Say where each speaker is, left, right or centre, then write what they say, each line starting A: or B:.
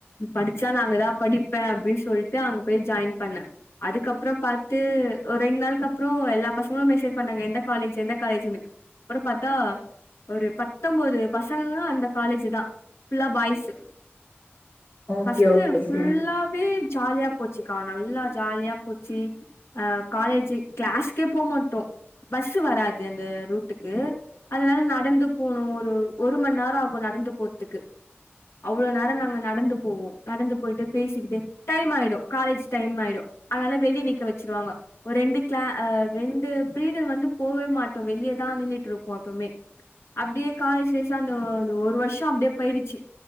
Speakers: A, on the left; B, on the left.
A: படிச்சா நா அங்கதா படிப்பே அப்டின்னு சொல்லிட்டு அங்க போய் ஜாயின் பண்ணே அதுக்கப்பறம் பாத் து ஒரு ரெண் நாளுக்கு அப்பறம் எல்லா பசங்களும் மெசேஜ் பண்ணாங்க எந்த காலேஜ் எந்த காலேஜ்ன்னு அப்றம் பாத்தா ஒரு பத்தொன்பது பசங்களும் அந்த காலேஜ் பா ஃபுல்லா பாய்ஸ்சு
B: ஓகே
A: ஃபர்ஸ்ட்
B: ஓகே
A: ஃபுல்லாவே
B: சேரி
A: ஜாலியா போச்சுக்கா நல்லா ஜாலியா போ போச்சி அ காலேஜ்ஜி கிளாசுக்கே போ மாட்டோ பஸ் வராது அது ரூட்டுக்கு அதனால நடந்து போணோ ஒரு ஒரு மண் நேரம் ஆகும் நடந்து போறதுக்கு அவ்ளோ நேரம் நாங்க நடந்து போவோ நடந்து போயிட்டு பேசிக்கிட்டு டைம் ஆயிடும் காலேஜ் டைம் ஆயிடும் அதனால வெளியே நிக்க வச்ச சிருவாங்க ஒரு ரெண்டு கே அ அது ரெண்டு பீரியட் வந்து போவே மாட்டோ வெளியேதா நின்னுட்டு இருப்போ எப்பவுமே அப்டியே காலேஜ் டேஸ்ல அந்த அந்த ஒரு வருஷம் அப்டே போயிடுச்சி